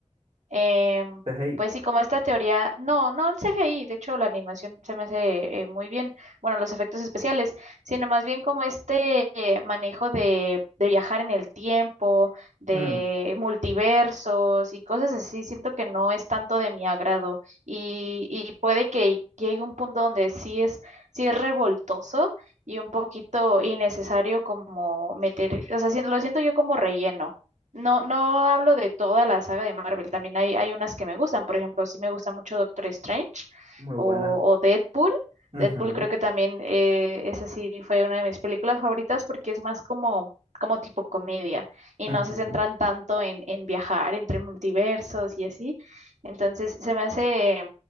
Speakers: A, on the right; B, on the right.
A: Em,
B: CGI,
A: pues sí, como esta teoría, no, no el CGI, de hecho la animación se me hace eh, muy bien, bueno, los efectos especiales, sino más bien como este eh, manejo de, de viajar en el tiempo, de
B: mm,
A: multiversos y cosas así, siento que no es tanto de mi agrado y, y puede que llegue un punto donde sí es, sí es revoltoso y un poquito innecesario como meter, o sea, sí- lo siento yo como relleno. No, no hablo de toda la saga de Marvel, también hay, hay unas que me gustan, por ejemplo, sí me gusta mucho Doctor Strange
B: muy
A: o,
B: buena.
A: o Deadpool. Deadpool
B: Ujú,
A: creo que también eh, esa sí fue una de mis películas favoritas porque es más como, como tipo comedia y
B: ujú,
A: no se centran tanto en, en viajar entre multiversos y así. Entonces se me hace,